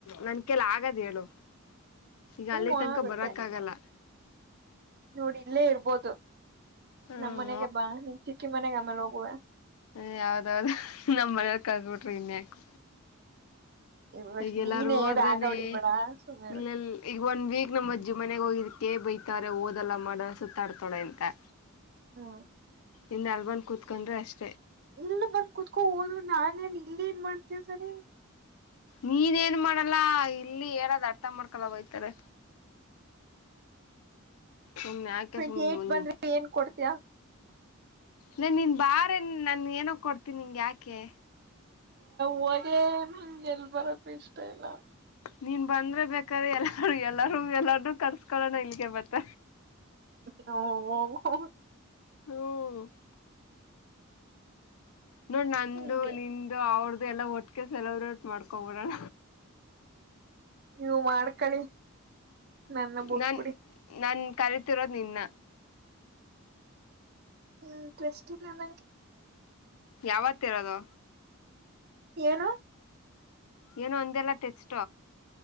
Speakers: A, on the left (about 80°); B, on the right (about 45°).
A: ನನ್ ಕೈಲ್ಲ ಆಗದ್ ಹೇಳು ಈಗ
B: ಹ್ಮ್
A: ಅಲ್ಲಿ ತನಕ
B: ಆಗುತ್ತೆ
A: ಬರಕ್ ಆಗಲ್ಲ
B: ನೋಡಿ ಇಲ್ಲೇ ಇರ್ಬೋದು
A: ಹ್ಮ್
B: ನಮ್ ಮನೆಗೆ ಬಾ ನಿಮ್ ಚಿಕ್ಕಿ ಮನೆಗೆ ಆಮೇಲೆ ಹೋಗುವ
A: ಹ ಯಾವ್ದಾವ್ದ ನಮ್ ಮನಲ್ ಕಲ್ಸಬಿಟ್ರಿ ಇನ್ಯಾಕ
B: ಇವಾಗ
A: ಈಗೆಲ್ಲಾರು
B: ನೀನೇ
A: ಹೋದ್ರನೆ
B: ರಾಗ ಹೊಡಿಬೇಡ ಸುಮ್ನೆ ಇರು
A: ಇಲ್ಲೆ ಈಗ ಒಂದ್ ವೀಕ್ ನಮ ಅಜ್ಜಿ ಮನೆಗ ಹೋಗಿದ್ ಕೇ ಬಯತಾರೆ ಓದಲ್ಲ ಮಾಡೋ ಸುತ್ತಾಡ್ತಾಳೆ ಅಂತಾ
B: ಹ್ಮ
A: ಇನ್ ಅಲ್ಬಂದ್ ಕುತ್ಕೊಂಡ್ರೆ ಅಷ್ಟೆ
B: ಇಲ್ಲೆ ಬಂದ್ ಕುತ್ಕೊಂಡ ಹೋದ ನಾನೇನ್ ಇಲ್ಲೆ ಏನ್ ಮಾಡ್ತೇವ ಸರಿ
A: ನೀನ್ ಏನ್ ಮಾಡಲ್ಲ ಇಲ್ಲಿ ಹೇಳದ ಅರ್ಥ ಮಾಡ್ಕೊಲ್ಲ ಬೈಯತಾರೆ ಸುಮ್ನೆ ಯಾಕೆ
B: ಟ್ವೆಂಟಿ
A: ಸುಮ್ನೆ
B: ಏಟ್
A: ಇಲ್ಲ
B: ಬಂದ್ರೆ ಏನ್ ಕೊಡ್ತಿಯಾ.
A: ನ ನೀನ್ ಬಾರೇ ನ್ ನಾನ ಏನೋ ಕೊಡ್ತೀನಿ ನಿಂಗ ಯಾಕೆ
B: ಹೋಗ ನಂಗೆ ಎಲ್ ಬರಕು ಇಷ್ಟ ಇಲ್ಲಾ
A: ನೀನ್ ಬಂದ್ರೆ ಬೇಕಾದ್ರೆ ಎಲ್ಲಾರ ಎಲ್ಲಾರೂ ಎಲ್ಲಾರ್ನು ಕರ್ಸ್ಕೊಣ ಇಲ್ಗೆ ಬತ್ತ
B: ಹಓ ಹ್ಮ
A: ಹ್ಮ್ ನೋಡ್ ನಂದು,
B: ಹಂಗೆ
A: ನಿಂದು, ಅವಳದು ಎಲ್ಲಾ ಒಟ್ಟಗೆ ಸೆಲೆಬ್ರೇಟ್ ಮಾಡ್ಕೊಬಿಡಣ
B: ನೀವು ಮಾಡ್ಕಳಿ ನನ್ನ ಬುಟ್ಬಿಡಿ
A: ನನ್ ನನ್ ಕರಿತಿರೋದ್ ನಿನ್ನ
B: ಹ್ಮ್ ಟ್ರೆಸ್ಟ್ ಇ ನಂಗೆ
A: ಯಾವತ್ತ ಇರೋದು
B: ಏನು
A: ಏನೋ ಒಂದೆಲ್ಲ ಟೆಸ್ಟ